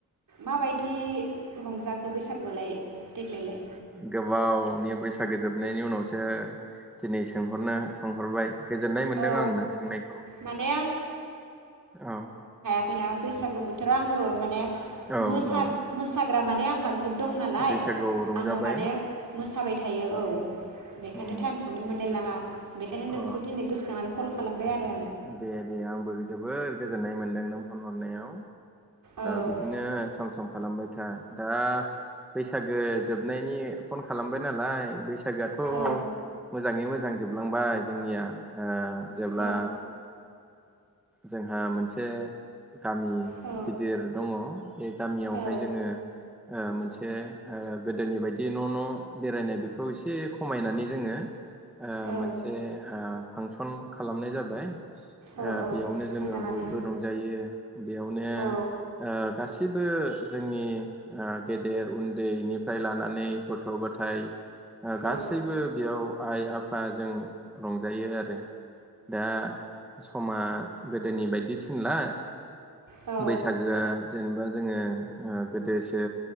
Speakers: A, on the right; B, in the centre.
A: माबायदि रंजाखो बैसागुआलाय? देग्लायलाय
B: गोबावनि बैसागु फैसागोजोबनायनि उनावसो दिनै सोंहरनो सोंहरबाय गोजोननाय मोनदों
A: औ
B: आं नों सोंनायखौ
A: माने
B: औ
A: जखैना बैसागु बोथोराव आंबो माने मोसाग्रा
B: औ औ
A: माने आं ग्रुप दं नालाय
B: बैसागुआव रंजाबाय
A: आङो माने मोसाबाय थायो औ बेखायनो
B: उम
A: टाइमखौनो मोनलायलाङा बेखायनो नोंखौ
B: अ
A: दिनै गोसो कल खालामबाय आरो आं
B: दे दे आंबो जोबोद गोजोननाय मोनदों नों फन हरनायाव
A: आं
B: बिदिनो सम सम खालामबाय आथा दा बैसागो जोबनायनि फन खालामबाय नालाय बैसागोआथ'
A: औ
B: मोजाङै मोजां मोजां जोबलांबाय जोंनिया जेब्ला
A: औ
B: जोंहा मोनसे गामि
A: औ
B: गिदिर दङ बे गामियावहाय
A: औ
B: जोङो मोनसे गोदोनि बायदि न' न' बेरायनाय बेखौ एसे खमायनानै जोङो
A: औ
B: मोनसे फांसन खालामनाय जाबाय ओ
A: औ औ
B: बेयावनो जोङो
A: मोजाङानो
B: बयबो रंजायो बेयावनो
A: औ
B: ओ गासैबो गासिबो जोंनि ओ गेदेर उन्दैनिफ्राय लानानै गथ' गथाय ओ गासैबो
A: औ
B: बेयाव आइ आफ जों रंजायो आरो दा समा गोदोनि बायदि थिनला
A: औ
B: बैसागोआ जेनेबा जोङो गोदोसो